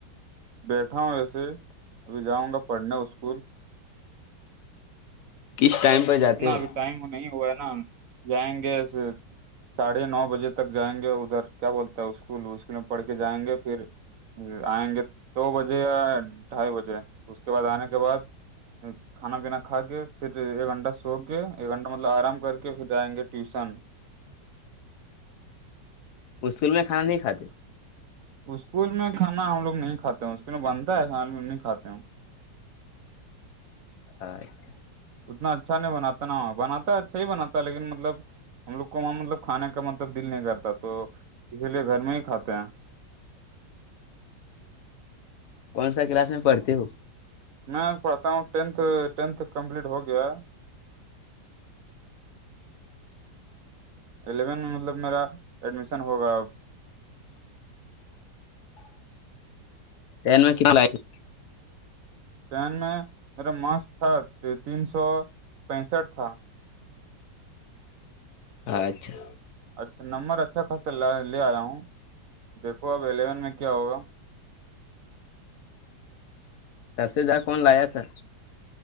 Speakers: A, on the right; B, on the left.
A: بیٹھا ہوں وسے ابھی جاؤں گا پڑھنے وہ اسکول
B: کس ٹائم پر جاتے
A: کتنا
B: ہو
A: بھی ٹائم نہیں ہوا ہے نا جائیں گے ساڑھے نو بجے تک جائیں گے ادھر کیا بولتا ہے اسکول اسکول میں پڑھ کے جائیں گے پھر آئیں گے دو بجے ڈھائی بجے اس کے بعد آنے کے بعد کھانا پینا کھا کے پھر ایک گھنٹہ سو کے ایک گھنٹہ مطلب آرام کر کے پھر جائیں گے ٹیوشن
B: سکول میں کھانا نہیں کھاتے
A: اسکول میں کانا ہم لوگ نہیں کھاتے اسکول میں بنتا ہے نہیں کھاتے ہیں ہم
B: اچھا
A: اتنا اچھا نہیں بناتا ناں بناتا ہے اچھا ہی بناتا ہے لیکن مطلب ہم لوگ کو وہاں مطلب کھانے کا مطلب دل نہیں کرتا تو اسی لیے گھر میں ہی کھاتے ہیں
B: کون سا کلاس میں پڑتی ہووں
A: میں پڑھتا ہوں ٹینھ ٹینتھ کمپلیٹ ہو گیا الیون میں مطلب میرا ایڈمیشن ہوگا اب
B: ین میں کتنا لیے تھے
A: ٹین میں میرا مسک تھا تین سو پینسٹھ تھا
B: اچھا
A: اچھا نمبر اچھا خاصا لے آیا ہوں دیکھو اب الیون میں کیا ہوگا
B: تب سے زیا کون لایا تھا